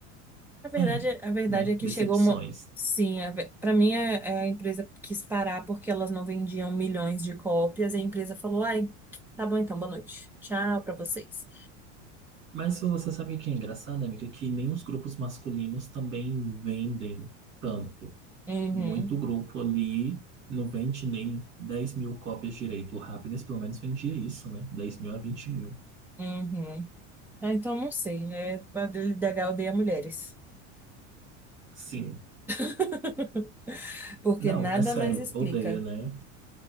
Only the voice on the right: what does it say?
ai,
né,
decepções.
Mas você sabe o que é engraçado, amiga? Que nem os grupos masculinos também vendem tanto.
Muito grupo ali não vende nem 10 mil cópias direito. O happiness pelo menos vendia isso, né? 10 mil a 20 mil.
Sim.
Não,
é sério,
odeia, né?